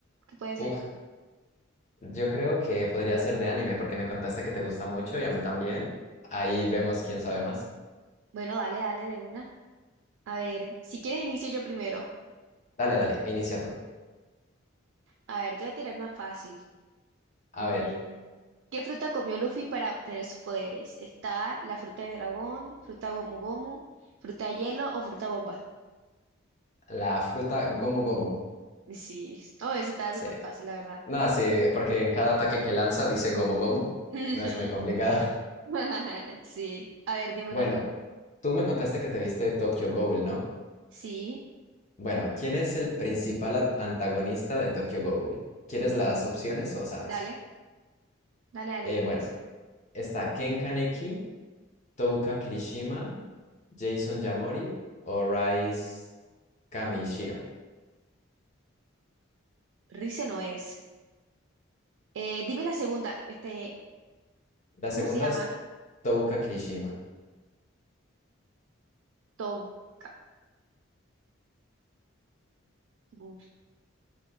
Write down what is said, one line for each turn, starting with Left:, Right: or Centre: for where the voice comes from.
Right: ¿qué puede ser?
Left: Uf, yo creo que podría ser de anime porque me contaste que te gusta mucho y a mí también. Ahí vemos quién sabe más.
Right: Bueno, dale, dale de una. A ver, si quieres inicio yo primero.
Left: Dale, dale, inicia tú.
Right: A ver, te voy a tirar una fácil. Mm,
Left: A ver,
Right: ¿qué fruta comió Luffy para obtener sus poderes? ¿Está la fruta de dragón, fruta gomu gomu, fruta hielo o fruta bomba?
Left: la fruta Gomu Gomu.
Right: Sí, oh, ese estaba
Left: Sí.
Right: súper fácil, la verdad.
Left: No, sí, porque en cada ataque que lanza dice Gomu Gomu.
Right: Ujú.
Left: No es muy complicado. <laughs>
Right: <laughs> Sí. A ver, dime
Left: Bueno,
Right: una tú.
Left: tú me contaste que te viste Tokyo Ghoul, ¿no?
Right: Sí,
Left: Bueno, ¿quién es el principal at- antagonista de Tokyo Ghoul? ¿Quieres las opciones o sabes?
Right: dale, dale, dale,
Left: Eh,
Right: dímelas.
Left: bueno, está Ken Kaneki, Touka Kirishima, Jason Yamori o Rise Kamishiro.
Right: Rice no es. Eh, dime la segunda, este,
Left: La segunda
Right: ¿cómo se llama?
Left: es Touka Kirishima.
Right: Touca. Uf,